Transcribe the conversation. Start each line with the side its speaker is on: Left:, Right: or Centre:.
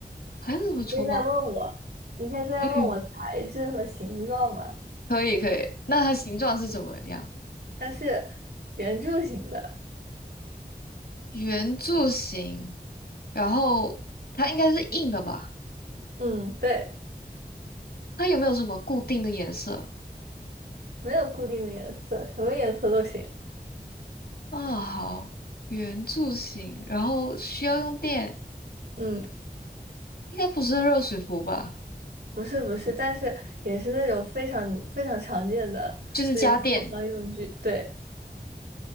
Left: 还有什么厨房？
Right: 你可以再问我，你可以再问我材质和形状嘛？
Left: 嗯，可以可以。那它形状是怎么样？
Right: 它是圆柱形的，
Left: 圆柱形，然后它应该是硬的吧？
Right: 嗯，对。
Left: 它有没有什么固定的颜色？
Right: 没有固定的颜色，什么颜色都行。
Left: 啊，好，圆柱形，然后需要用电，
Right: 嗯，
Left: 应该不是热水壶吧？
Right: 不是不是，但是也是那种非常非常常见的那种厨房用具。
Left: 就是家电。
Right: 对，